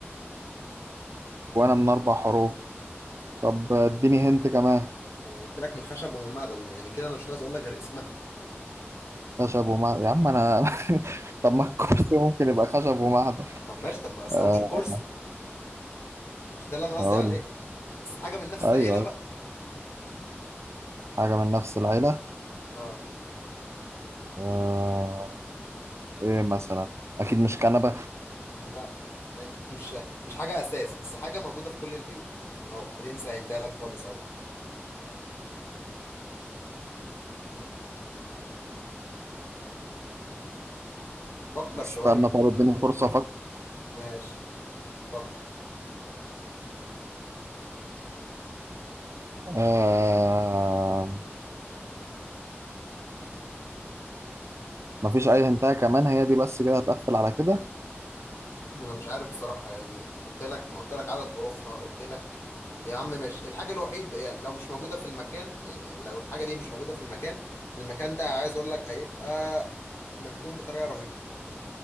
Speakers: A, on the right; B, on the left.
A: من أربع حروف طب اديني هنت كمان
B: ما هو قلت لك من خشب ومن معدن يعني كده انا مش ناقص اقول لك غير اسمها
A: خشب ومعدن يا عم انا <laughs> طب ما الكرسي ممكن يبقى خشب ومعدن
B: طب ماشي طب ما قسمهمش
A: آه
B: الكرسي مش ده اللي انا قصدي
A: هقول
B: عليه
A: لك.
B: بس حاجه من نفس
A: ايوه
B: العيله
A: أيوة.
B: بقى
A: حاجه من نفس العيله
B: اه
A: آه ايه مثلا اكيد مش كنبه
B: لا يعني مش مش حاجه اساس بس حاجه موجوده في كل البيوت اهو اديني سهلتها لك خالص اهو فكر
A: استنى
B: شويه
A: طب اديني فرصه افكر
B: ماشي فكر
A: آه مفيش اي هنتايه كمان هي دي بس كده هتقفل على كده
B: ما انا مش عارف بصراحه يعني قلت لك ما قلت لك عدد حروفها قلت لك يا عم ماشي الحاجه الوحيده يعني لو مش موجوده في المكان يعني لو الحاجه دي مش موجوده في المكان المكان ده عايز اقول لك هيبقى مكتوم بطريقه رهيبه